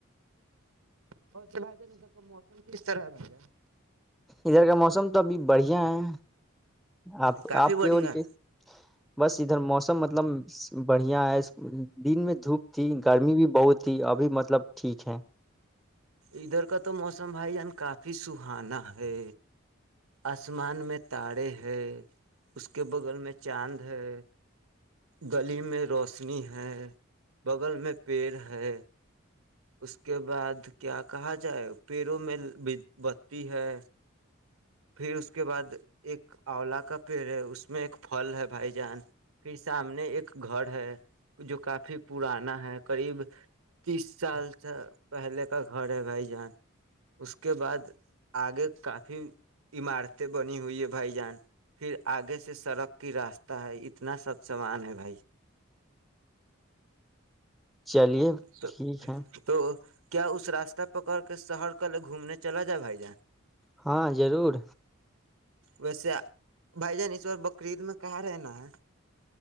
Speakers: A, on the right (about 85°); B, in the centre.
A: ہو س بیتے ن س کا م کس طرح ہے بھا
B: ادھر کا موسم تو ابھی بڑھیا ہے آپ
A: کافی
B: آپ کو
A: بڑھیا
B: اور کیا بس ادھر موسم مطلب بڑھیا ہے دن میں دھوپ تھی گرمی بھی بہت تھی ابھی مطلب ٹھیک ہے
A: ادھر کا تو موسم بھائی جان کافی سہانا ہے آسمان میں تارے ہے اس کے بغل میں چاند ہے گلی میں روشنی ہے بغل میں پیڑ ہے اس کے بعد کیا کہا جائے پیروں میں بتی ہے پھر اس کے بعد ایک آولا کا پیڑ ہے اس میں ایک پھل ہے بھائی جان پھر سامنے ایک گھر ہے جو کافی پرانا ہے قریب تیس سال سے پہلے کا گھر ہے بھائی جان اس کے بعد آگے کافی عمارتیں بنی ہوئی ہیں بھائی جان پھر آگے سے سڑک کی راستہ ہے اتنا سب سامان ہے بھائی
B: چلیے
A: تو
B: ٹھیک ہے
A: تو کیا اس راستہ پکڑ کے شہر کل گھومنے چلا جائے بھائی جان
B: ہاں ضرور
A: ویسے بھائی جان ایشور بقرید میں کہاں رہنا ہے